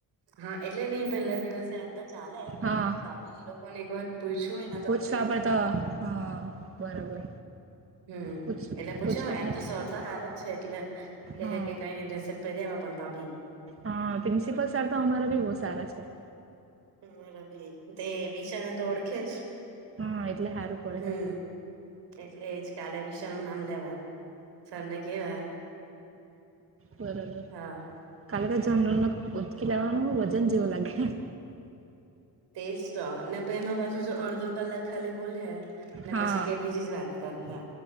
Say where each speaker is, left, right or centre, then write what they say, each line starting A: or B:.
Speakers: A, on the right (about 85°); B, on the right (about 35°).
A: હા એટલે નહિ પેલા દિવસે એમ તો ચાલે.
B: હા
A: પણ તો બી એ લોકોને એક વાર પૂછ્યું હોયન
B: પૂછવા પર તો હા બરાબર.
A: હમ
B: પૂછ
A: એટલે પૂછો
B: પૂછવા
A: એમ
B: પડે
A: તો સર તો હારો જ છે એટલે કહે
B: હા
A: કે કઈ ની ડ્રેસ જ પેરી આવો પણ તો બી
B: હા પ્રિન્સિપલ સર તો અમારા બી બોવ સારા છે.
A: અમારા બી તે વિષા ને તો ઓળખે જ.
B: હા એટલે હારું પડે
A: હમ
B: હે.
A: એટલે એજ કાલે વિશાનું નામ લેવા સરને કેવા
B: બરાબર.
A: હા
B: કાલે તો જનરલનું ઊચકી લાવવાનું વજન જેવું લાગે.
A: તેજ તો ને એમાં પાછુ જો અડધો કલાક ખાલી બોલહે ને
B: હા
A: પછી કઈ બીજી જ વાત કરહે.